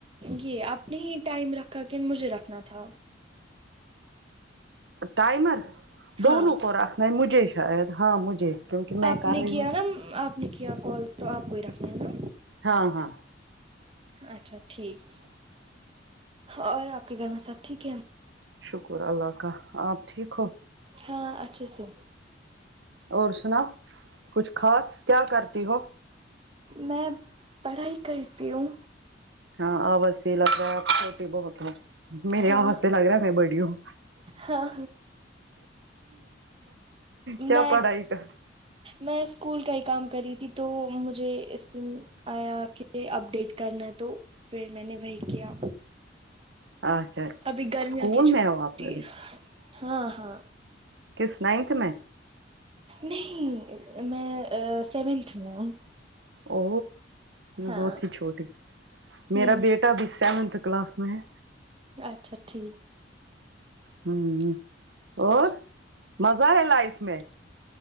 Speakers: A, on the right (about 30°); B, on the right (about 70°).
A: یہ اپنے ہی ٹائم رکھا کہ مجھے رکھنا تھا
B: ٹائمر
A: ہاں
B: دونوں کو رکھناہے مجھے شاید ہاں مجھے کیونکہ میں
A: آپ
B: کر
A: نے
B: رہی
A: کیا
B: ہو
A: نا آپ نے کیا کال تو آپ کو بھی رکھ لے نا
B: ہاں ہاں
A: اچھا ٹھیک اور آپ کے گھر میں سب ٹھیک ہے
B: شکر اللہ کا آپ ٹھیک ہو
A: ہاں اچھا سے
B: اور سناو کچھ خاص کیا کرتی ہو
A: میں پڑھائی کرتی ہوں
B: ہاں آواز سے ھی لگ رہا ہے اپ چھوٹی بہت ہے میرے
A: ہاں
B: آواز سے لگ رہا ہے میں بڑی ہوں
A: ہاں
B: کیا
A: میں
B: پڑھائی کر
A: میں اسکول کا ہی کام کر رہی تھی تو مجھے اس آیا کے اپ ڈیٹ کرنا تو پھر میں نے وہی کیا
B: اچھا اسکول
A: ابھی گرمیاں کی چھوٹی
B: میں ہو آپ ابھی
A: ہاں ہاں
B: کس نائنتھ میں
A: نہیں میں آ سیونتھ میں ہوں
B: او
A: ہاں
B: بہت ہی چھوٹی
A: ہوں
B: میرا بیٹا بھی سیونتھ کلاس میں ہے
A: اچھا ٹھیک
B: ہوں اور مزہ ہے لائف میں